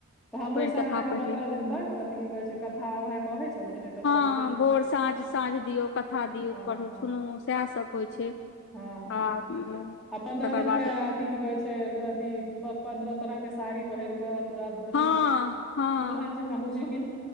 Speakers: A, in the centre; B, on the left.
A: तऽ हमरो
B: पढ़ि
A: से
B: कथा
A: अहाँ
B: पढ़ि
A: के पंन्द्रह
B: लिअ
A: दिन तक अथी की कहे छै कथा उएह कहे छलखिन एकटा छल
B: ह भोर साँझ साँझ दियऔ कथा दियऔ
A: हँ
B: पढ़ु
A: हँ
B: सुनू सएहसभ होइ छै
A: हँ
B: आ तकर
A: आ पन्द्रह दिन
B: बाद
A: उएह अथी की कहे छै अथी पन्द्रह तरह के साड़ी पहिर पूरा अथि
B: हँ हँ
A: दुलहन जेकाँ बुझियो की